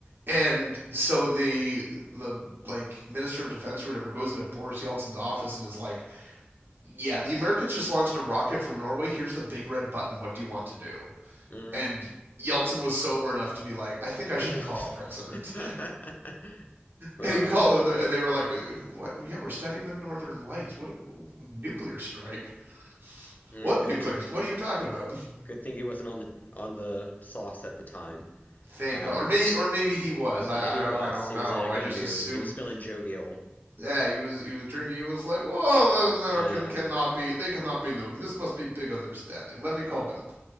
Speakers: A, on the right; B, on the left.
A: and so the the like minister of defense or whatever goes into Boris Yeltsin's office and is like, "Yeah, the Americans just launched a rocket from Norway. Here's the big red button. What do you want to do?"
B: mm.
A: And Yeltsin was sober enough to be like, "I think I
B: <laughs>
A: should call the president."
B: Huh.
A: And he called
B: oh,
A: them, and they were like, what? "Yeah, we're studying the Northern Lights. What, what nuclear strike?
B: good.
A: What nuclear?
B: <laughs>
A: What
B: He,
A: are you talking about?" <laughs>
B: Good thing he wasn't on the on the sauce at the time.
A: Thank
B: Um,
A: God, or maybe, or maybe he was. I,
B: maybe
A: I
B: it
A: don't,
B: was.
A: I don't
B: He
A: know.
B: was in a
A: I
B: good
A: just
B: mood.
A: assume.
B: He was feeling jovial.
A: Yeah, he was, he was drinking. He was like, "Well, the American
B: Uh,
A: cannot be. They cannot be nuking. This must be big understanding. Let me call Bill."